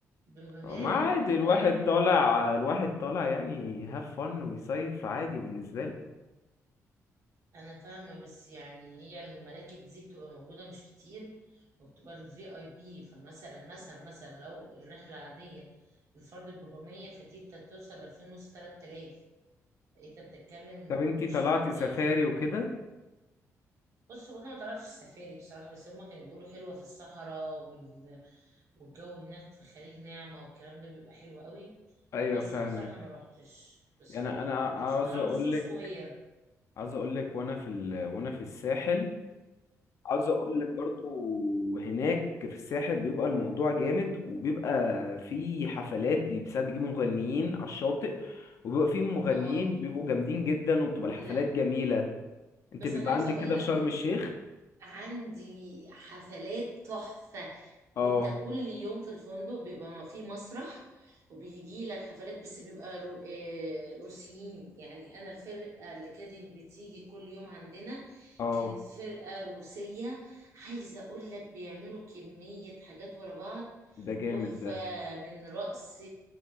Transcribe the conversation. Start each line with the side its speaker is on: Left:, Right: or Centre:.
Right: بمبالغ
Left: ما عادي
Right: بمبالغ
Left: الواحد طالع الواحد طالع يعني هاف فن ويصيف عادي بالنسبة له
Right: انا فاهمه بس يعني هي المراكب دي بتبقى موجوده مش كتير وبتبقى الفي اي بي فمثلا مثلا مثلا لو الرحله عاديه الفرد ب 400 فدي انت بتوصل 2000 ونص 3000 انت بتتكلم
Left: طب انتي
Right: مش
Left: طلعتي
Right: في الضعف
Left: سفاري
Right: يعني.
Left: وكده
Right: بص هو انا ما طلعتش سفاري بصراحه بس هما كانوا بيقولوا حلوه في الصحراء وال... والجو هناك في خليج نعمه والكلام ده بيبقى حلو قوي
Left: ايوه
Right: بس
Left: فاهمك
Right: انا بصراحه ما روحتش بصراحه
Left: يعني انا
Right: ما روحتش
Left: عاوز
Right: انا
Left: اقول
Right: رحت سو
Left: لك
Right: سكوير
Left: عاوز اقول لك وانا في ال... وانا في الساحل عاوز اقول لك برضو هناك في الساحل بيبقى الموضوع جامد وبيبقى في حفلات بي- بساعات بيجيبوا مغنيين على الشاطئ وبيبقى في مغنيين
Right: اه
Left: بيبقوا جامدين جدا وبتبقى الحفلات
Right: لا
Left: جميلة انت
Right: بس
Left: بيبقى
Right: انا عايزه
Left: عندك
Right: اقول
Left: كده في
Right: لك
Left: شرم الشيخ
Right: عندي حفلات تحفة
Left: اه
Right: انت كل يوم في الفندق بيبقى في مسرح وبيجي لك حفلات بس بيبقى رو... آه، روسيين يعني انا الفرقة اللي كانت بتيجي كل يوم عندنا
Left: اه
Right: كانت فرقة روسية عايزة اقول لك بيعملوا كمية حاجات ورا بعض
Left: ده جامد
Right: تحفة
Left: ده
Right: من رقص